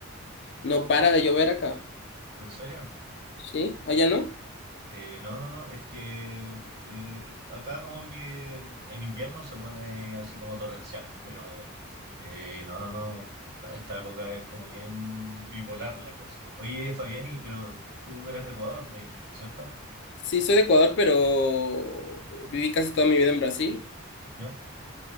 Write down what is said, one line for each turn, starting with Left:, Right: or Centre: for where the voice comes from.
Left: No para de llover acá,
Right: ¿En serio?
Left: ¿sí? ¿Allá no?
Right: Eh, no, no, no, es que eh, acá como que en invierno se pone así como torrencial, pero eh, no, no, no, a esta época es como bien bipolar la cosa. Oye, Fabián, y- pero tú eres de Ecuador, me dijiste, ¿cierto?
Left: Sí, soy de Ecuador, pero viví casi toda mi vida en Brasil
Right: ¿Ya?